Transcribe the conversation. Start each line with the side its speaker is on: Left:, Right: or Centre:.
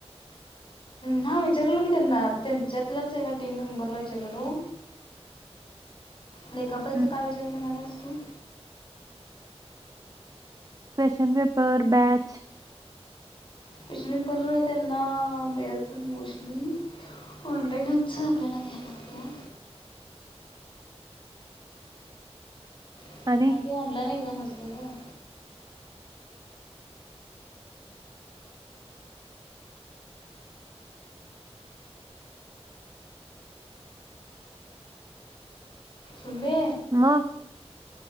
Left: हा विचारलेलो मी त्यांना त्यांच्यातल्याच एका टीम मेंबरला विचारलेलो लेखापलचा
Right: हं.
Left: काय विचार म्हणाल्यास तू?
Right: क्वेशन पेपर, बॅच
Left: क्वेश्चनपेपर त्यांना मिळत नईत मोस्टली ऑनलाईनच आपल्याला घ्यायला लागते <unintelligible>
Right: आणि
Left: ती ऑनलाईन एक्झाम असत्या ग सुम्मे
Right: म